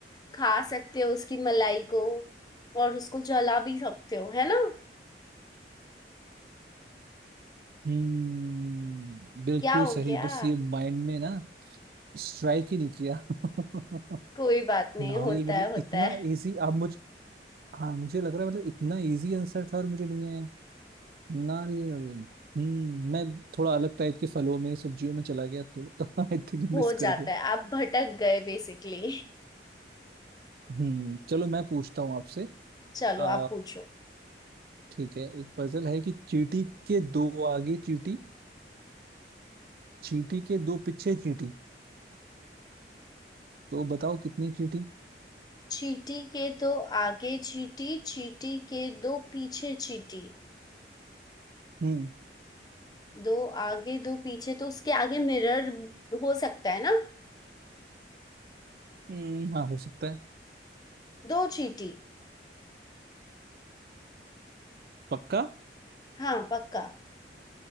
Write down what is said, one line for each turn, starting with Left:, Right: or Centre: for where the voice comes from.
Left: खा सकते हो उसकी मलाई को और उसको जला भी सकते हो है ना
Right: हम्म बिल्कुल
Left: क्या हो
Right: सही
Left: गया
Right: बस ये माइंड में ना स्ट्राइक ही नहीं किया <laughs>
Left: कोई बात नहीं
Right: नारियल
Left: होता
Right: मतलब
Left: है होता
Right: इतना
Left: है
Right: इजी आप मुझ हाँ मुझे लग रहा है मतलब इतना इजी आंसर था और मुझे नहीं आया नारियल हम्म मैं थोड़ा अलग टाइप के फलों में सब्जियों में चला गया तो <laughs> आई थिंक मिस
Left: हो जाता
Right: कर गया
Left: है आप भटक गए बेसिकली
Right: हम्म चलो मैं पूछता हूँ आपसे
Left: चलो
Right: आ
Left: आप पूछो
Right: ठीक है एक पजल है कि चींटी के दो आगे चींटी चींटी के दो पीछे चींटी तो बताओ कितनी चींटी
Left: चींटी के दो आगे चींटी चींटी के दो पीछे चींटी
Right: हम्म
Left: दो आगे दो पीछे तो उसके आगे मिरर हो सकता है ना
Right: हम्म, हाँ हो सकता है
Left: दो चींटी
Right: पक्का
Left: हाँ पक्का